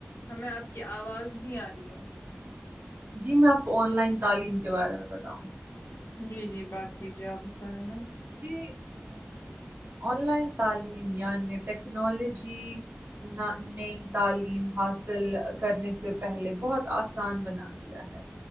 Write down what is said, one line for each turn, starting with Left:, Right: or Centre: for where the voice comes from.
Left: ہمیں آپ کی آواز نہیں آ رہی ہے
Right: جی میں آپ کو آن لائن تعلیم کے بارے میں بتاؤں گی
Left: جی جی بات کیجیے آپ اس بارے میں
Right: جی آن لائن تعلیم یعنی ٹیکنالوجی نہ نئی تعلیم حاصل کرنے سے پہلے بہت آسان بنا دیا ہے